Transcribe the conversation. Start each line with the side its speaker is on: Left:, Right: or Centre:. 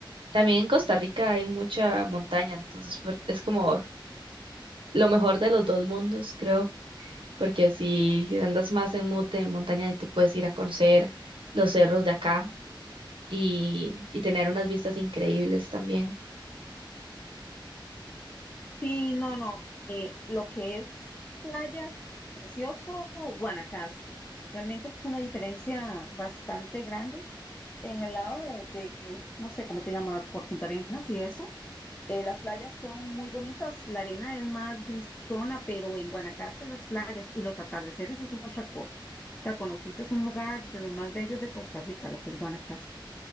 Right: También en Costa Rica hay mucha montaña, entonces fue- es como lo mejor de los dos mundos, creo, porque si andas más en mood de montaña y te puedes ir a conocer los cerros de acá y, y tener unas vistas increíbles también.
Left: Sí, no, no, eh, lo que es playas, precioso Guanacaste. Realmente es una diferencia bastante grande. En el lado de, de no sé cómo te llamas, por Punta Arenas y eso, Eh, las playas son muy bonitas, la arena es más grisona, pero en Guanacaste las playas y los atardeceres es otra cosa. O sea, conociste es un lugar de los más bellos de Costa Rica, lo que es Guanacaste.